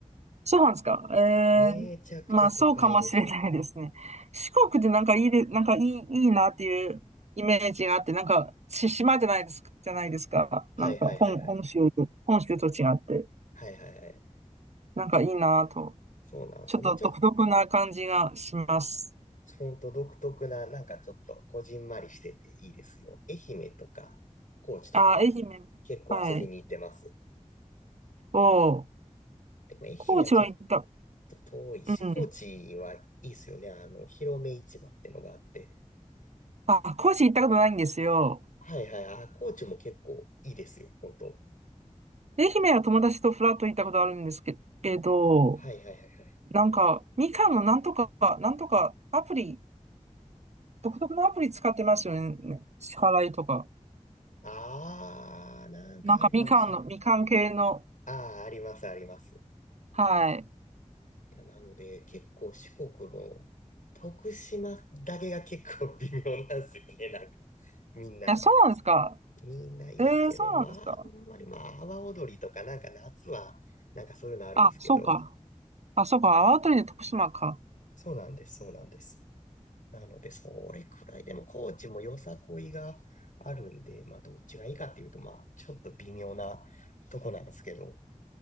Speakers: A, on the right; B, on the left.
A: そうなんですか。ええ、
B: めちゃくちゃ都会です。
A: まあそうかもしれないですね。四国でなんかいいで、なんかいい、いいなっていうイメージがあって、なんか、し、島じゃないですか、じゃないですか。
B: はいはいはいはい。
A: なんか本、本州と、本州と違って、
B: はいはいはい。
A: なんかいいなと。
B: そうなんですよね。
A: ちょっと独特な感じがします。
B: ちょっと、ほんと独特な、なんかちょっと、こじんまりしてていいですよ。愛媛とか、高知とかも結構遊びに行ってます。
A: あ、愛媛、はい。を、
B: でも愛媛はちょっ
A: 高知は行った、
B: と遠いし、
A: うん。
B: 高知はいいですよね。あの、広め市場ってのがあって。
A: あ、高知行ったことないんですよ。
B: はいはい。あ、高知も結構いいですよ。本当。
A: 愛媛は友達とフラッと行ったことあるんですけ、けど、
B: はいはいはいはい。
A: なんか、みかんのなんとか、なんとかアプリ、独特のアプリ使ってますよね。支払いとか。
B: あー、なんかあるかもしれない。
A: なんかみかんの、みかん系の、
B: あー、ありますあります。
A: はい。い
B: いや、なので、結構四国の徳島だけが結構微妙なんですよね、<laughs> なんか。みんな、
A: や、そうなんですか。
B: みんな言うけど、
A: えー、そうなんですか。
B: まあ、あんまり、まあ、阿波踊りとか、なんか夏は、なんかそういうのあるんですけど。
A: あ、そうか。あ、そうか。あわとりで徳島か。
B: そうなんです、そうなんです。なので、それくらいでも、高知もよさこいがあるんで、まあ、どっちがいいかっていうと、まあ、ちょっと微妙なとこなんですけど。